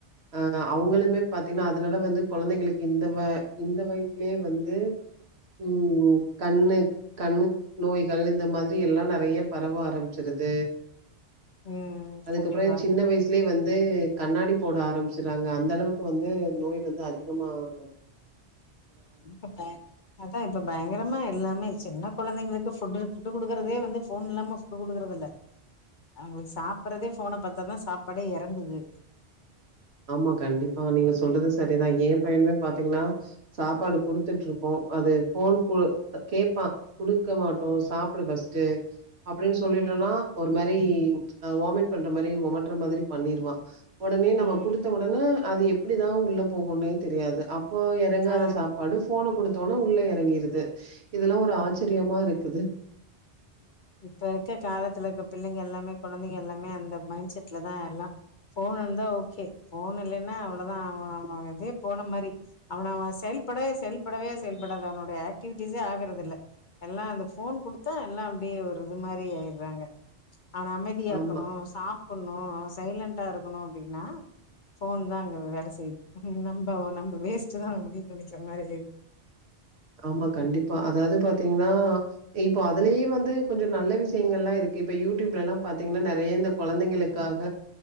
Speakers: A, on the right; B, on the left.
A: அ அவங்களுமே பாத்தீங்கன்னா அதனால வந்து கொழந்தைங்களுக்கு இந்த வ இந்த வயசுலயே வந்து ம் கண்ணு கண் நோய்கள் இந்த மாதிரி எல்லா நெறைய பரவ ஆரம்பிச்சிருது
B: ம்
A: அதுக்கப்றோ
B: கண்டிப்பா
A: சின்ன வயசுலேயே வந்து கண்ணாடி போட ஆரம்பிச்சறாங்க அந்த அளவு வந்து நோய் வந்து அதிகமா இருக்கு
B: இப்ப பாரு அதா இப்ப பயங்கரமா எல்லாமே சின்ன குழந்தைங்களுக்கு ஃபுட் ஃபுட்டு கொடுக்குறதே வந்து ஃபோன் இல்லாம கொடுக்குறத இல்ல அவங்களுக்கு சாப்பிறதே ஃபோன பாத்தா தா சாப்பாடே எறங்குது
A: ஆமா கண்டிப்பா நீங்க சொல்றது செரிதா ஏ பையனுமே பாத்தீங்கனா சாப்பாடு கொடுத்துட்டு இருப்போ அது ஃபோன் குடு கேப்பா குடுக்க மாட்டோ சாப்பிடு பஸ்ட்டு அப்டின்னு சொல்லிட்டோன்னா
B: ம்
A: ஒரு மாரி வாமிட் பண்ற மாரி ஒமட்ற மாதிரி பண்ணிருவா உடனே நம்ம
B: ம்
A: குடுத்த வுடன அது எப்டிதா உள்ள போகுனே தெரியாது அப் அப்போ எறங்காத
B: ஆ
A: சாப்பாடு ஃபோன குடுத் தவுன உள்ள எறங்கிருது இது எல்லா ஒரு ஆச்சரியமா இருக்குது
B: இப்ப இருக்க காலத்துல இருக்க பிள்ளைங்க எல்லாமே குழந்தைங்க எல்லாமே அந்த மைண்ட் செட்ல தா எல்லா ஃபோன் இருந்தா ஓகே ஃபோன் இல்லைன்னா அவ்ளதா அவ இதே போன மாதிரி அவன அவன் செயல்படவே செயல்படவே செயல்படாது அவனுடைய ஆக்டிவிட்டிஸே ஆகுறது இல்ல எல்லா அந்த ஃபோன் கொடுத்தா எல்லா அப்டியே ஒரு இது மாரி ஆயிடுறாங்க அவன அமைதியாக்கனு
A: ஆமா.
B: சாப் பண்ணு அவ சைலண்டா இருக்கணு அப்டின்னா ஃபோன் தா அங்க வேல செய்யுது நம்ம நம்ம வேஸ்ட் தா அப்டின்னு நெனைக்கிற மாரி ஆயிடுது
A: ஆமா கண்டிப்பா அதாவது பாத்தீங்கன்னா இப்ப அதுலயு வந்து கொஞ் நல்ல விஷயங்கள் எல்லா இருக்கு இப்ப யூடியூப்ல எல்லா பாத்தீங்கன்னா நெறைய இந்த குழந்தைங்களுக்காக